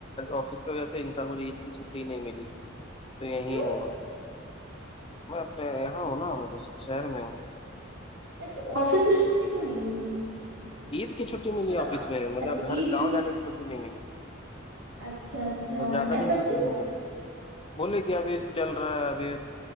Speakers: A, on the left (about 25°); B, on the right (about 70°).
A: آفس کی وجہ سے ان سال مجھے عید کی چھٹی نہیں ملی تو یہیں
B: کیوں
A: ہوں میںا میں اپنے یہاں ہوں نا مطلب شہر میں ہوں
B: ا تو آفس میں چھٹی کیوں نہیں ملی
A: عید کی چھٹی ملی
B: مطلب
A: ہے آفس
B: آ-
A: میں مل
B: اچھا
A: گھر
B: عید
A: گاؤںانے
B: وید
A: کی چھٹی نہیں م ہے
B: اچھا اچھا
A: مطب زیادہ
B: ایسا
A: دن چھٹی
B: کیوں
A: نہیں م بولیے کہ ابھی چل رہا ہے ابھی